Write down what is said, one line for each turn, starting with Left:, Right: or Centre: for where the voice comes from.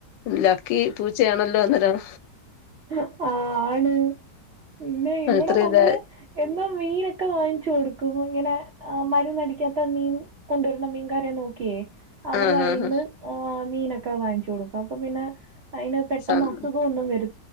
Left: ലക്കി പൂച്ചയാണല്ലോ അന്നേരം
Right: ഇഹ് ആണ് പിന്നെ ഇവടെ
Left: അത്രയും
Right: നമ്മള് എന്താ മീനൊ ക്കെ വാങ്ങിച്ചു കൊടുക്കും ഇങ്ങനെ മരുന്നടിക്കാത്ത മീൻ കൊണ്ടുവരുന്ന മീൻകാരെ നോക്കിയേ അവര്ടെ
Left: ആ
Right: കയ്യിന്ന്
Left: ആ
Right: ഏഹ് മീനൊക്കെ വാങ്ങിച്ചു കൊടുക്കും അപ്പൊ പിന്നെ അയ്ന് പെട്ടന്ന്
Left: ആ
Right: അസുഖം ഒന്നും വരു